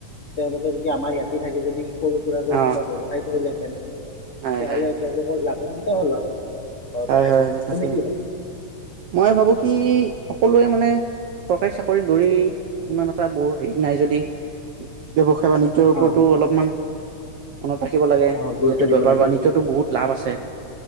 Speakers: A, on the left; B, on the right.
A: তেওঁলোকে যদি আমাৰ ইয়াতে থাকি যদি সৰু সুৰাকৈ
B: অ
A: কিবা ব্যৱ সায় কৰিলেহেঁতেন,
B: হয়
A: তেতিয়াহ'লে
B: হয় হয়
A: তেওঁলোকৰ লাভান্বিত হ'ল হয়। ঘৰতে
B: হয়
A: থাকি,
B: হয় তাকে
A: তুমি কি ভাবা?
B: মই ভাবো কি সকলোৱে মানে - চৰকাৰী চাকৰিত দৌৰি ইমান এটা বৰ হেৰি নাই যদি ব্যৱসায় বাণি জ্যৰ ওপৰতো
A: অঁ
B: অলপমান মনত ৰাখিব লাগে,
A: অঁ গুৰুত্ব
B: যিহেতু
A: দিব
B: বেপাৰ
A: লাগে
B: বানিজ্যটো বহুত লাভ আছে।